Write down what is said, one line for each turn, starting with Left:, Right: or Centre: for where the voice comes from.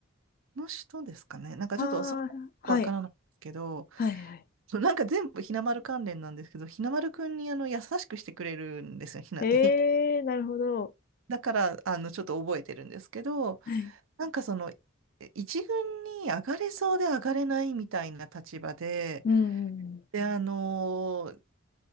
Right: の人ですかね。なんか、
Left: ああ、
Right: ちょっと、それはよくわからないんですけど、
Left: はい。はい、はい。
Right: そうなんか全部ひなまる関連なんですけど、ひなまるくんにあの優しくしてくれるんですよ、ひな、
Left: ええなるほど。
Right: <laughs> だから、あの、ちょっと覚えてるんですけど、
Left: はい。
Right: なんかその、え一軍に上がれそうで上がれないみたいな立場で、
Left: うん、うん
Right: で、あの、